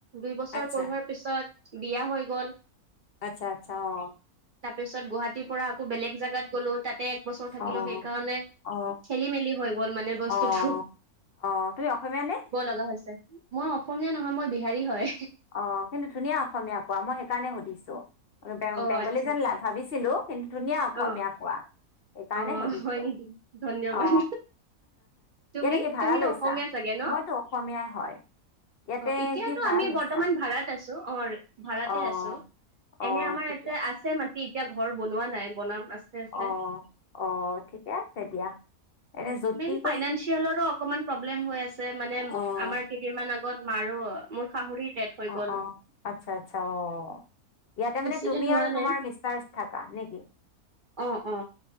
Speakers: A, on the right (about 50°); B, on the left (about 50°).
A: দুই বছৰ
B: আচ্ছা
A: পঢ়োৱাৰ পিছত বিয়া হৈ গ'ল
B: আচ্ছা আচ্ছা অ
A: তাৰ পিছত গুৱাহাটীৰ পৰা আকৌ বেলেগ জাগগাত গলো তাতে এক বছৰ থাকিলো
B: অ অ
A: সেইকাৰণে
B: অ
A: খেলি মেলি হৈ গ'ল মানে বস্তুটো
B: অ অ তুমি অসমীয়া নে
A: লগ মই অসমীয়া নহয় মই বিহাৰী হয়।
B: অ কিন্তু ধুনীয়া অসমীয়া কোৱা মই সেইকাৰণে সুধিছো হে
A: অ
B: বেংগলী
A: আচ্ছা
B: জানলা
A: আচ্ছা
B: ভাবিছিলো কিন্তু ধুনীয়া অসমীয়া
A: অ
B: কোৱা সেইকাৰণে
A: অ
B: সুধিছো
A: হয় নেকি ধন্যবাদ
B: অ
A: তুমি
B: ইয়াতে কি ভা়
A: তুমিতো
B: লৈছা
A: অসমীয়া চাগে ন
B: মইতো অসমীয়াই হয়। ইয়াতে
A: অ এতিয়াতো
B: কি ভাড়া
A: আমি
B: লৈছা?
A: বৰ্তমান ভাড়াত আছো অ ভাড়াতে
B: অ',
A: আছো
B: অ',
A: এনে আমাৰ
B: ঠিকে
A: ইতে আছে মাটি এতিয়া ঘৰ বনোৱা নাই বনাম আস্তে আস্তে
B: অ', অ ঠিকে আছে দিয়া। এনে জ্যোতি
A: মন ফাইনেঞ্চিয়েলৰো
B: কৈছিল
A: অকমান প্ৰব্লেম হৈ আছে মানে
B: অ',
A: আমাৰ কেইদিন আগত মাৰো মোৰ শাহুৰি ডেথ হৈ
B: অ
A: গ'ল
B: অ আচ্ছা আচ্ছা অ ইয়াতে
A: বেছি
B: মানে তুমি
A: দিন হোৱা
B: আৰু
A: নাই
B: তোমাৰ মিষ্টাৰছ থাকা নেকি?
A: অ অ